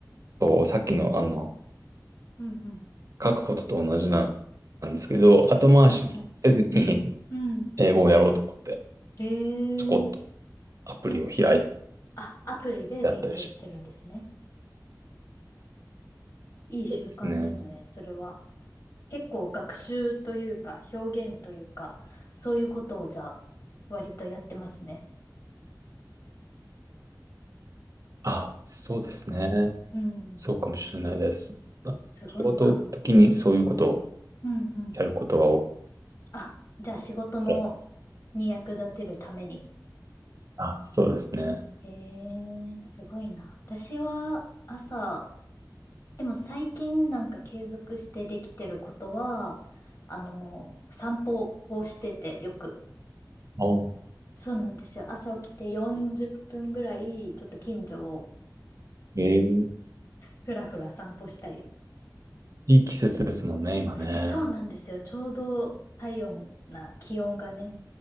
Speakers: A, on the right; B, on the left.
A: を、さっきの、あの、
B: うんうん。
A: 書くことと同じなんですけど、後回しにせずに
B: はいはい。うん。
A: <laughs> 英語をやろうと思って、
B: へえ。
A: ちょこっとアプリを開いて
B: え、あ、アプリで勉強してるんですね。
A: やったりします。
B: いい習慣ですね、
A: そうですね。
B: それは。結構学習というか、表現というか、そういうことをじゃあ、割とやってますね。
A: あ、そうですね。
B: うん。
A: そうかもしれないです。あ仕事的にそういうことを
B: すごいな。うんうん。
A: やることが多
B: あ、じゃあ仕事の、
A: い。
B: に役立てるために。
A: あ、そうですね。
B: へえ、すごいな。私は朝、でも最近なんか継続してできてることは、あの、散歩をしててよく。
A: あ、
B: そうなんですよ。朝起きて40分ぐらい、ちょっと近所を
A: ええ
B: ふらふら散歩したり。
A: いい季節ですもんね、今ね。
B: え、そうなんですよ。ちょうど体温な気温がね、